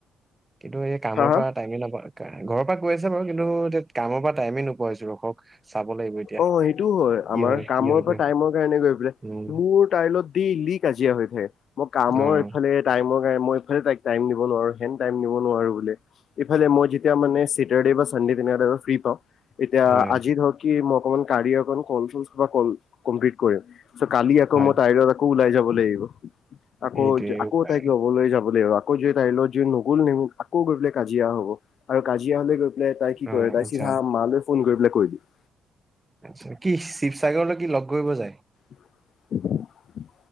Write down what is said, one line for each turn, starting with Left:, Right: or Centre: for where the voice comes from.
Right: কিন্তু এই কামৰ
Left: হা হা
Right: পৰা টাইমে নাপাওঁ ঘৰৰ পৰা কৈ আছে বাৰু কিন্তু এতিয়া কামৰ পৰা টাইমেই নোপোৱাই হৈছো। চাব লাগিব এতিয়া
Left: অ সেইটোও হয়
Right: কি
Left: আমাৰ কামৰ
Right: কি হয়
Left: পৰা
Right: গৈ
Left: টাইমৰ কাৰণে গৈ পেলাই
Right: উম,
Left: মোৰ তাইলগত দে লি কাজিয়া হৈ থাকে মই কামৰ
Right: অ'
Left: এফালে টাইমৰ এফালে মই তাইক টাইম দিব নুবোৰো ইমান তাইম এফালে মই চাতাৰ দে বা চান দে যি দিনা অলপ ফিৰি পাওঁ এতিয়া
Right: হয়
Left: আজি ধৰক কি মই অকমান কাৰি অকণ কল ফুলা কল কমপ্লিট কৰিম চ' কালি আকৌ
Right: হয়।
Left: মই তাইৰত আকৌ ওলাই যাব লাগিব আকৌ
Right: এইটোৱে
Left: আকৌ
Right: উপায়
Left: তাইক ল'বলৈ যাব লাগিব আকৌ যদি তাইলগত নগলো নিম আকৌ গৈ পাই কাজিয়া হব আৰু কাজিয়া হলে গৈ ল তাই কি
Right: অ'
Left: কৰে তাই
Right: আচ্ছা।
Left: চিধা মালৈ ফোন কৰি পেলাই কৈ দিব
Right: আচ্ছা কি শিৱসাগৰলৈ কি লগ কৰিব যায়।
Left: <unintelligible>